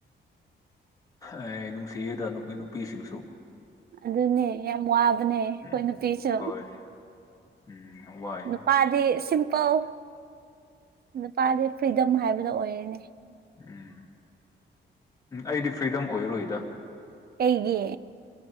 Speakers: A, on the left; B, on the right.
A: ꯑꯦ ꯅꯨꯡꯁꯤꯑꯦꯗ ꯅꯨꯄꯤ ꯅꯨꯄꯤꯁꯤꯡꯁꯨ꯫
B: ꯑꯗꯨꯅꯦ ꯌꯥꯝ ꯋꯥꯕꯅꯦ ꯑꯩꯈꯣꯏ
A: ꯎꯝ
B: ꯅꯨꯄꯤꯁꯨ꯫
A: ꯍꯣꯏ ꯎꯝ ꯋꯥꯏ꯫
B: ꯄꯥꯗꯤ ꯁꯤꯝꯄꯜ ꯅꯨꯄꯥꯗꯤ ꯐ꯭ꯔꯤꯗꯝ ꯍꯥꯏꯕꯗꯣ ꯑꯣꯏꯔꯅꯦ꯫
A: ꯎꯝ ꯑꯩꯗꯤ ꯐ꯭ꯔꯤꯗꯝ ꯑꯣꯏꯔꯨꯏꯗ꯫
B: ꯀꯩꯒꯤ꯫